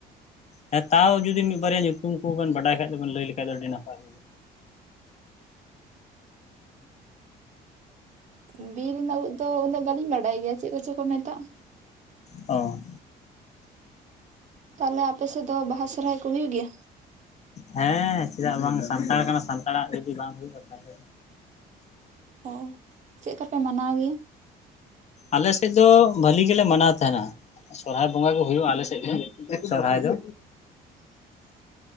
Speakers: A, on the left; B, on the right.
A: ᱦᱮᱸ ᱛᱟᱣ ᱡᱩᱫᱤ ᱢᱤᱫ ᱵᱟᱨᱭᱟ ᱧᱩᱛᱩᱢ ᱠᱚᱵᱮᱱ ᱵᱟᱰᱟᱭ ᱠᱷᱟᱡ ᱫᱚ ᱵᱤᱱ ᱞᱟᱹᱭ ᱞᱮᱠᱟᱱᱡ ᱫᱚ ᱟᱹᱰᱤ ᱱᱟᱯᱟᱭ
B: ᱵᱤᱨ ᱨᱮᱱᱟᱜ ᱩᱫᱽ ᱫᱚ ᱩᱱᱟᱹᱜ ᱵᱟᱹᱞᱤᱧ ᱵᱟᱰᱟᱭ ᱜᱮᱭᱟ ᱪᱮᱫ ᱠᱚᱪᱚ ᱠᱚ ᱢᱮᱛᱟᱜ᱾
A: ᱚ,
B: ᱛᱟᱦᱚᱞᱮ ᱟᱯᱮᱥᱮᱫ ᱫᱚ ᱵᱟᱦᱟ ᱥᱚᱨᱦᱟᱭ ᱠᱚ ᱦᱩᱭᱩᱜ ᱜᱮᱭᱟ?
A: ᱦᱮᱸ ᱪᱮᱫᱟᱜ ᱵᱟᱝ ᱥᱟᱱᱛᱟᱲ ᱠᱟᱱᱟ ᱥᱟᱱᱛᱟᱲᱟᱜ ᱡᱩᱫᱤ ᱵᱟᱝ ᱦᱩᱭᱩᱜᱼᱟ ᱛᱟᱦᱞᱮ,
B: ᱚ, ᱪᱮᱫ ᱠᱟᱯᱮ ᱢᱟᱱᱟᱣ ᱜᱮᱭᱟ?
A: ᱟᱞᱮᱥᱮᱫ ᱫᱚ ᱵᱟᱹᱞᱤ ᱜᱮᱞᱮ ᱢᱟᱱᱟᱣ ᱛᱟᱦᱮᱱᱟ᱾ ᱥᱚᱨᱦᱟᱭ ᱵᱚᱸᱜᱟ ᱜᱮ ᱦᱩᱭᱩᱜᱼᱟ ᱟᱞᱮ ᱥᱮᱫ ᱜᱮ, ᱥᱚᱨᱦᱟᱭ ᱫᱚ᱾
B: <inaudible>